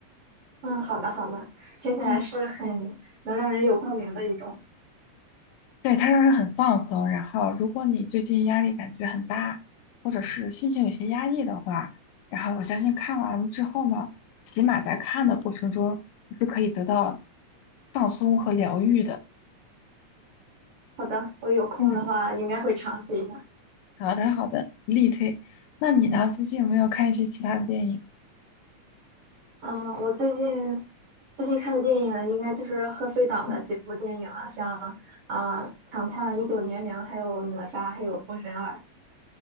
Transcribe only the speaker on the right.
嗯，好的好的，听起来是很能让人有共鸣的一种。
好的，我有空的话应该会尝试一下。
嗯，我最近最近看的电影应该就是贺岁档的几部电影啊，
像啊《唐探一九年零》，还有《哪吒》，还有《封神二》。